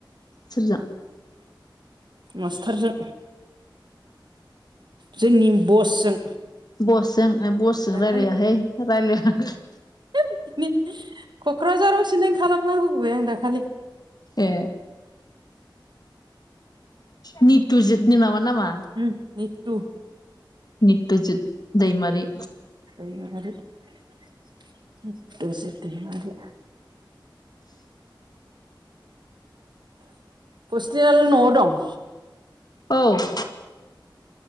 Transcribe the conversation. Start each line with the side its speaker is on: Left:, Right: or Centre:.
Left: सोरजों?
Right: मास्टारजों। जोंनि बसजों।
Left: बसजों बसजों
Right: दाखालि
Left: रायलायाहाय रायज्लाय
Right: <unintelligible> क'क्राझाराव सिन्दिं खालामना होबोबाय आं दाखालि
Left: ए नितुजितनि नो नामा नामा
Right: उम ने टु
Left: नित्युजित दैमारि
Right: <unintelligible> नितुजिद दैमारि हस्टेेल न'आव दं
Left: औ <inaudible>